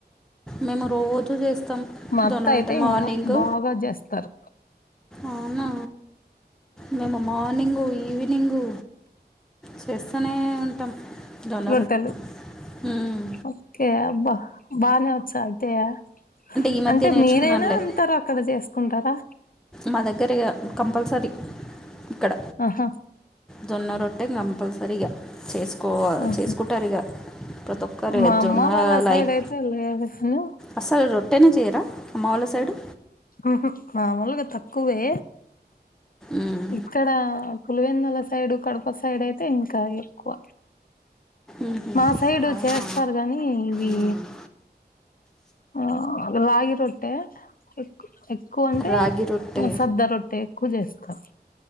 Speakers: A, in the centre; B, on the left.
A: మేము రోజు చేస్తాం
B: మ ఆత్త
A: జొన్న
B: అయితే
A: రొట్టె మార్నింగ్
B: ఇంకా బాగా చేస్తారు
A: అవునా మేము మార్నింగ ఈవినింగు చేస్తనే ఉంటాం జొన్న
B: రోట్టలు
A: రొట్టె మ్మ్.
B: ఓకే బా బానే వచ్చా అంతయా
A: ఈ మధ్య
B: అంటే
A: నేర్చుకున్నానులే
B: మీరైనా అంటారు అక్కడ చేసుకుంటారా
A: మా దగ్గర ఇగా కంపల్సరీ ఇక్కడ
B: ఆహా
A: జోన్న రొట్టే కంపల్సరీగా చేసుకో
B: ఆహా
A: చేసుకుంటారు ఇగా ప్రత ఒక్క రేజొన్న
B: మా అమ్మ వాళ్ళ సైడ్
A: లైఫ్
B: అయితే లేదు కాని
A: అసలు రొట్టెనే చేయరా అమ్మ వాళ్ళ సైడు
B: ఆహా మామూలుగా తక్కువే
A: మ్మ్.
B: ఇక్కడ పులివెందల సైడు కడప సైడ్ అయితే ఇంకా ఎక్కువ
A: మ్మ్హ.
B: మా సైడు
A: అవునా
B: చేస్తారు కానీ ఇవి
A: మ్మ్.
B: ఆ రాగి రొట్టె ఎక్కు ఎక్కువ అంటే
A: రాగి రొట్టె
B: సద్ద రొట్టె ఎక్కువ చేస్తారు